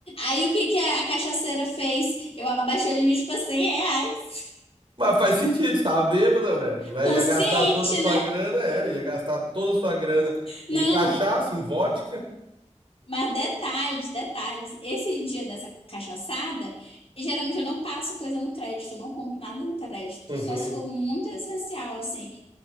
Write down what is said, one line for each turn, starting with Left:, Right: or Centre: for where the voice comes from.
Left: Aí o que que a cachaceira fez? Eu abaixei o limite para 100 reais.
Right: Mas faz sentido, você tava bêbada, ué. Vai,
Left: Consciente,
Right: ia gastar toda a sua
Left: né?
Right: grana, é, ia gastar toda a sua grana
Left: Não,
Right: em cachaça, em vodka.
Left: mas detalhes, detalhes. Esse dia dessa cachaçada, geralmente eu não passo coisa no crédito, não compro nada no crédito,
Right: Uhum,
Left: só se for muito essencial, assim.